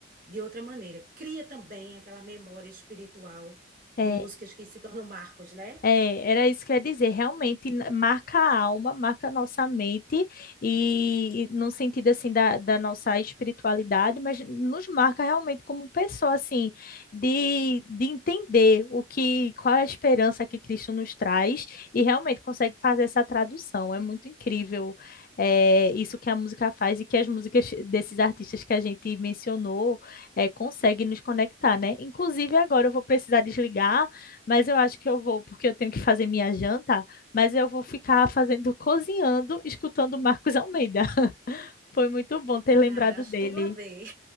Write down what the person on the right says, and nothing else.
de outra maneira. Cria também aquela memória espiritual
de músicas que se tornam marcos, né?
Ah, acho
tudo a ver.